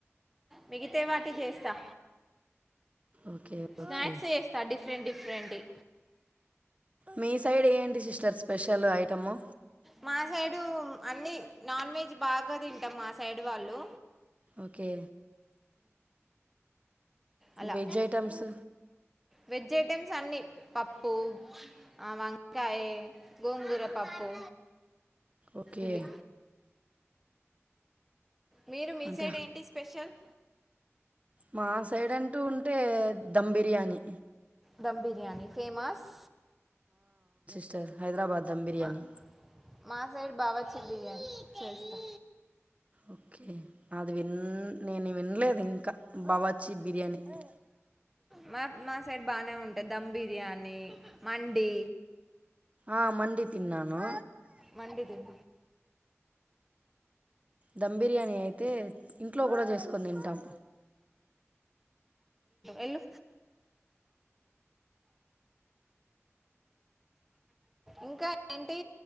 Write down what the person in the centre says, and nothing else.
మిగితేవాని చేస్తా
స్నాక్సే
చేస్తా డిఫరెంట్ డిఫరెంట్వి
మా సైడు అన్ని నాన్ వెజ్ బాగా తింటాం మా సైడ్ వాళ్ళు
అలా
వెజ్ ఐటెమ్స్ అన్ని పప్పు ఆ వాంగ్ కాయ్ గోంగూరపప్పు
ఇవి మీరు మీిసైడ్
ఏంటి స్పెషల్
ధమ్ బిర్యానీ ఫేమస్
మా మా సైడ్ బాగా వచ్చి బిర్యానీ చేస్తా
మ మా సైడ్ బాగానే ఉంటద్ ధమ్ బిర్యానీ మండి
మండి తిన్
ఎళ్లు ఇంకా ఏంటి